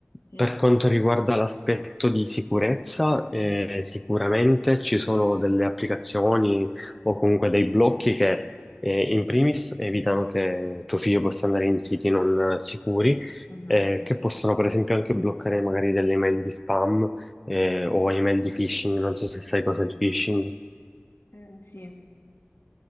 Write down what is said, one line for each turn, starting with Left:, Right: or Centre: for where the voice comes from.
Left: Sì,
Centre: Per quanto
Left: sì.
Centre: riguarda l'aspetto di sicurezza, eh, sicuramente ci sono delle applicazioni o comunque dei blocchi che eh, in primis evitano che tuo figlio possa andare in siti non sicuri,
Left: Mhm.
Centre: eh, che possono per esempio anche bloccare magari delle email di spam eh, o email di phishing, non so se sai cosa è il phishing.
Left: Eh, sì.